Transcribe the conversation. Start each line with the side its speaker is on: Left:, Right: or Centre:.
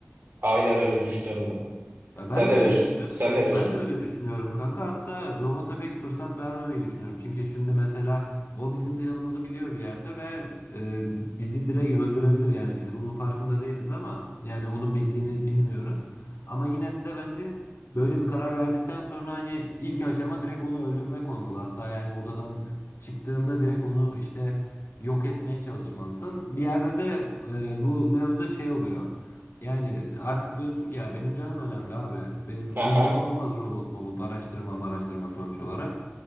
Right: Aynen öyle düşünüyorum ben.
Left: Ya
Right: Sen
Left: ben
Right: ne
Left: de öyle
Right: diyorsun?
Left: düşünüyorum.
Right: Sen ne diyorsun?
Left: Ben de öyle düşünüyorum kanka. Hatta robota pek fırsat vermemeyi düşünüyorum. Çünkü şimdi mesela o bizim planımızı biliyor bir yerde ve e, bizi direkt öldürebilir yani. Biz bunun farkında değiliz ama yani onun bildiğini bilmiyoruz. Ama yine de bence böyle bir karar verdikten sonra hani ilk aşama direkt onu öldürmek olmalı. Hatta yani odadan çıktığında direkt onu işte yok etmeye çalışmalısın. Bir yerde de e, bu mevzuda şey oluyor. Yani artık diyorsun ki ya benim canım önemli abi. Benim
Right: Ha
Left: umurumda
Right: ha.
Left: olmaz robot mobot araştırma araştırma sonuç olarak.